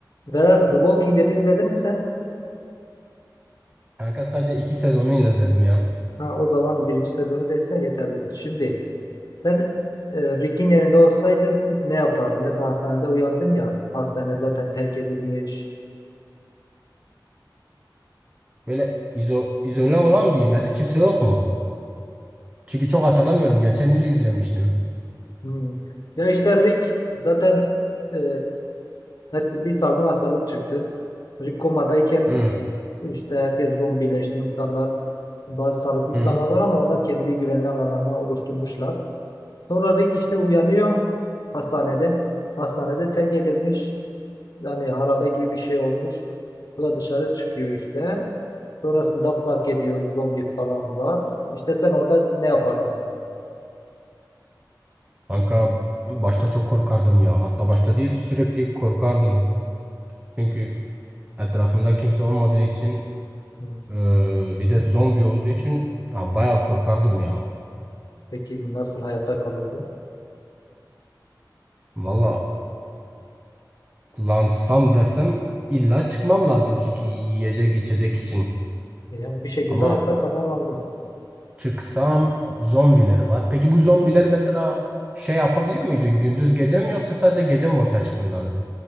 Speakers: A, on the left (about 60°); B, on the right (about 20°).
A: Vedat The Walking Dead izledin mi sen?
B: Kanka sadece iki sezonuyla izledim ya.
A: Ha, o zaman birinci sezonu izlediysen yeterlidir. Şimdi sen e, Rick'in yerinde olsaydın ilk ne yapardın? Mesela hastanede uyandın ya. Hastane zaten terk edilmiş.
B: Böyle izo, izole olan bir mesela kimse yok mu? Çünkü çok hatırlamıyorum. Geçen yıl izlemiştim.
A: Hmm. Ya işte Rick zaten e, hep bir salgın hastalık çıktı. Rick komadayken
B: Hı,
A: işte herkes zombileşti insanlar. Bazı sağlıklı insanlar
B: hı.
A: var ama onlar kendi güvenli alanlarını oluşturmuşlar. Sonra Rick işte uyanıyor hastanede. Hastanede terk edilmiş. Yani harabe gibi bir şey olmuş. Bu da dışarı çıkıyor işte. Sonrasında fark ediyor zombi falan var. İşte sen orada ne yapardın?
B: Kanka başta çok korkardım ya. Hatta başta değil sürekli korkardım. Çünkü etrafımda kimse olmadığı için
A: Hı.
B: eee, bir de zombi olduğu için ya, bayağı korkardım ya.
A: Peki nasıl hayatta kalırdın?
B: Valla saklansam desem illa çıkmam lazım çünkü yiyecek içecek için.
A: E Yani bir şekilde
B: Ama
A: hayatta kalman lazım.
B: Çıksam zombileri var. Peki bu zombiler mesela şey yapabiliyor muydu? Gündüz gece mi yoksa sadece gece mi ortaya çıkıyorlardı?